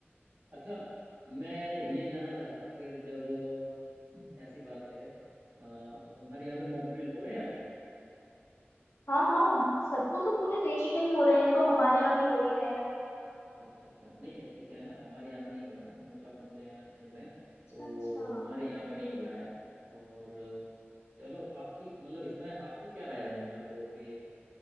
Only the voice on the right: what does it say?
अच्छा मैं ये जानना चाह रहा था फिर जब ऐसी बात है अ, तुम्हारे यहाँ पे मॉक ड्रिल हो रहे हैं अभी
अच्छा अच्छा नहीं एक्चुअली क्या है ना हमारे यहाँ पे नहीं हो रहा ना हम उत्तराखंड से हैं हूँ मैं
तो
हमारे यहाँ पे नहीं हो रहा है और चलो आपकी मतलब इसमें आपकी क्या राय है मतलब कि